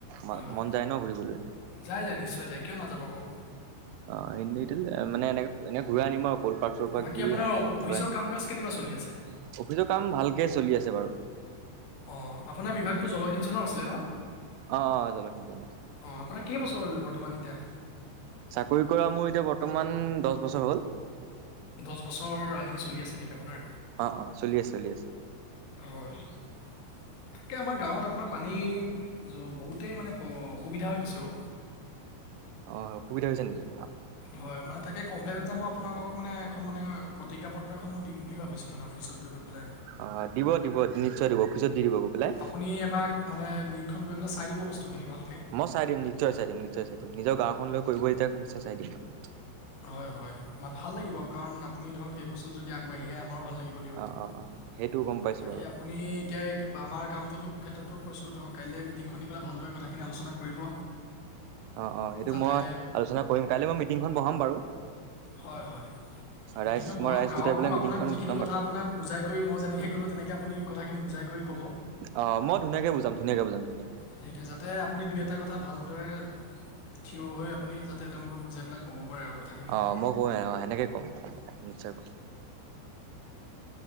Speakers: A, on the right (about 85°); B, on the left (about 85°).
A: ম
B: হয়
A: মন যায় ন ঘুৰিবলৈ।
B: যায় যায় নিশ্চয় যায় কিয় নাযাব কওক
A: অ মানে এনেকে এনে ঘূৰাই আনিম আৰু ক'ল পাৰ্ক চল পাৰ্ক
B: বাকী
A: যি
B: আপোনাৰ
A: হওক
B: অফিচৰ
A: ঘূৰাই আনিম
B: কাম কাজ কেনেকুৱা চলি আছে
A: অফিচৰ কাম ভালকে চলি আছে বাৰু
B: অ আপোনাৰ বিভাগটো জলসিঞ্চনৰ আছিলে ন
A: অ অ জলখি আছে
B: অঁ আপোনাৰ কেইবছৰ হ'ল বৰ্তমান এতিয়া
A: চাকৰি কৰা মোৰ এতিয়া বৰ্তমান দহ বছৰ হ'ল
B: দহ বছৰ ৰানিং চলি আছে নেকি আপোনাৰ
A: অ অ চলি আছে চলি আছে
B: হয় তে আমাৰ গাঁৱত আপোনাৰ পানী বহুতেই মানে অসুবিধা হৈ গৈছে অ
A: অ অসুবিধা হৈছে নেকি এ
B: হয় মানে তাকে কমপ্লেইন এটা মই আপোনালোকক মানে এখন মানে প্ৰতিজ্ঞা পত্ৰ এখন মই দিম বুলি ভাবিছো মানে অফিচত গৈ পেলাই
A: অ দিব দিব নিশ্চয় দিব পিছত দি দিব গৈ পেলাই
B: আপুনি এপাক মানে নিৰীক্ষণ কৰিবেলাই দিব বস্তুখিনি ভালকে
A: মই চাই দিম নিশ্চয় চাই দিম নিশ্চয় চাই দিম নিজৰ গাঁওখনলৈ কৰিব দিয়াৰ নিয় চাই দিম আৰু
B: হয় হয় ভাল লাগিব কাৰণ আপুনি ধৰক সেই বস্তু যদি আগবাঢ়ি আহে আমাৰো ভাল লাগিব দিয়ক
A: অ অ অ সেইটো গম পাইছো
B: বাকী
A: বাৰু
B: আপুনি এতিয়া আমাৰ কামটোত ক্ষেত্ৰত তক কৈছোঁ ধৰক কাইলে মিটিংখন দি পেলাই ভালদৰে কথাখিনি আলোচনা কৰিব
A: অ অ সেইটো
B: যাতে
A: মই আলোচনা কৰিম কাইলে মই মিটিংখন বহাম বাৰু
B: হয় হয় মিটিঙত
A: ৰাইজ
B: বহাক
A: মই ৰাইজ
B: গাৱকো
A: গোটাই পেলাই
B: আপোনাক
A: মিটিংখন
B: যি খিনি
A: গোটাম
B: কথা
A: বাৰু
B: আপোনাক বুজাই কৰি মই যেনেকে ক'লোঁ তেনেকে আপুনি কথাখিনি বুজাই কৈ কব
A: অ মই ধুনীয়াকে বুজাম ধুনীয়াকে বুজাম ধুনীয়াকে
B: সেইটোৱে যাতে আপুনি দুই এটা কথা ভাল দৰে থিয় হৈ আপুনি যাতে তেওঁলোকক বুজাই পেলাই ক'ব পাৰে আৰু কথাখিনি
A: অ মই কওঁ অ সেনেকে কম কম কম নিশ্চয় কম